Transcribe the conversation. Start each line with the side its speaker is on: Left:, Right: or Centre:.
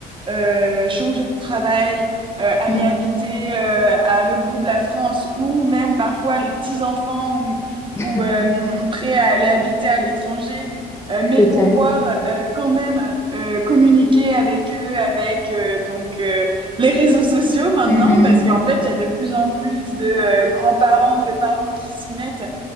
Right: euh, euh, changer de travail, euh, aller
Left: Mm.
Right: habiter euh, à l'autre bout de la France ou même parfois les petits-enfants ou,
Left: <laughs>
Right: ou euh, prêts à aller habiter à l'étranger, euh, mais
Left: C'est
Right: pour
Left: clair.
Right: voir euh, quand même euh, communiquer avec eux, avec euh, donc euh, les réseaux sociaux maintenant,
Left: Mm,
Right: parce qu'en fait, il y a de plus en plus de euh, grands-parents, de parents qui s'y mettent